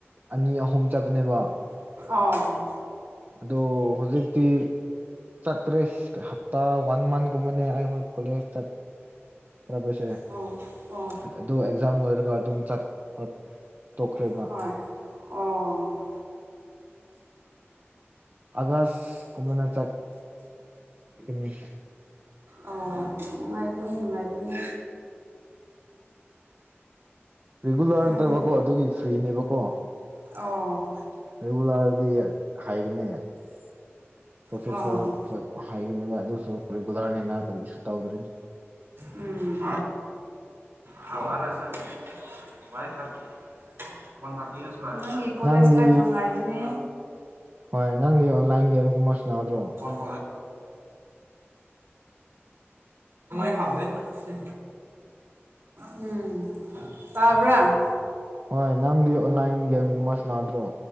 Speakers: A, on the right; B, on the right.
A: ꯑꯅꯤ ꯑꯍꯨꯝ ꯆꯠꯄꯅꯦꯕ
B: ꯑꯣ
A: ꯑꯗꯣ ꯍꯧꯖꯤꯛꯇꯤ ꯆꯠꯇ꯭ꯔꯤꯁ ꯍꯞꯇꯥ ꯋꯥꯟ ꯃꯟ ꯒꯨꯝꯃꯅꯤ ꯑꯩ ꯑꯈꯣꯏ ꯀꯣꯂꯦꯖ ꯆꯠ <unintelligible> ꯁꯦ
B: ꯑꯣ ꯑꯣ
A: ꯑꯗꯨ ꯑꯦꯛꯖꯥꯝ ꯂꯣꯏꯔꯒ ꯑꯗꯨꯝ ꯆꯠꯄ ꯇꯣꯛꯈ꯭ꯔꯦꯕ
B: ꯍꯣꯏ ꯑꯣ
A: ꯑꯒꯥꯁ ꯀꯨꯝꯃꯅꯥ ꯆꯠ ꯀꯅꯤ
B: ꯑꯣ ꯅꯨꯡꯉꯥꯏꯕꯅꯤ ꯅꯨꯡꯉꯥꯏꯕꯅꯤ
A: ꯔꯤꯒꯨꯂꯔꯗꯕꯀꯣ
B: ꯌꯥꯝ
A: ꯑꯗꯨꯒꯤ ꯐ꯭ꯔꯤꯅꯦꯕꯀꯣ
B: ꯑꯣ
A: ꯔꯦꯒꯨꯂꯥꯔꯗꯤ ꯍꯥꯏꯒꯅꯦ ꯄ꯭ꯔꯣꯐꯦꯁꯔ
B: ꯑꯣ
A: ꯍꯣꯏ ꯍꯥꯏꯒꯅꯦꯕ ꯑꯗꯨꯁꯨ ꯔꯤꯒꯨꯂꯔꯅꯤꯅ ꯀꯔꯤꯁꯨ ꯇꯧꯗ꯭ꯔꯤ
B: ꯎꯝ ꯊꯕ ꯂꯥꯢꯁꯝ
A: <unintelligible>
B: <unintelligible> <unintelligible> ꯅꯪꯒꯤ ꯀꯣꯂꯦꯖ
A: ꯅꯪꯗꯤ
B: ꯂꯥꯏꯐ ꯅꯨꯡꯉꯥꯏꯕꯅꯦ
A: ꯍꯣꯏ ꯅꯪꯗꯤ ꯑꯣꯟꯂꯥꯏꯟ ꯒꯦꯝꯁꯀꯨꯝꯕꯁꯅꯥꯗ꯭ꯔꯣ
B: ꯍꯣꯏ ꯈ ꯗ <unintelligible> ꯎꯝ ꯇꯥꯕ꯭ꯔ
A: ꯍꯣꯏ ꯅꯪꯗꯤ ꯑꯣꯟꯂꯥꯏꯟ ꯒꯦꯝꯒꯨꯝꯕ ꯁꯅꯗ꯭ꯔꯣ